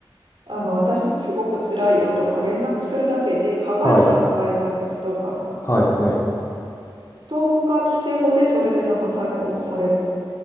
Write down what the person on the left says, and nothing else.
はい、はい、はい、